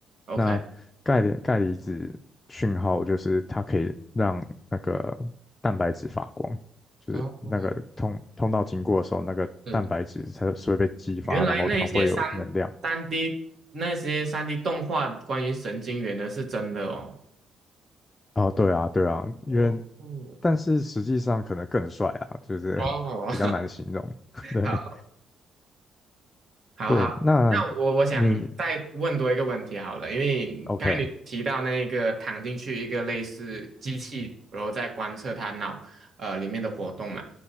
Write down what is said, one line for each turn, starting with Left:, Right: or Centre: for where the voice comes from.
Right: ，OK。
Left: 那钙离钙离子讯号就是它可以让那个蛋白质发光，就是那个通通道经过的时候，
Right: 哦，
Left: 那个蛋白质它是会被激发，
Right: 是，原来那一些三三
Left: 然后它会有能量。
Right: D 那些三 D 动画关于神经元的是真的哦。
Left: 哦，对啊，对啊，因为
Right: 哦，
Left: 但是实际上可能更帅啊，就是
Right: 哦，
Left: <laughs> 比较难形容。<laughs>
Right: <laughs>
Left: 对
Right: 好，好好，
Left: 对，那
Right: 那我我想再问多一个问题好了，
Left: 你
Right: 因为刚才你提到那个躺进去一个类似机器，
Left: OK？
Right: 然后再观测他脑呃里面的活动嘛，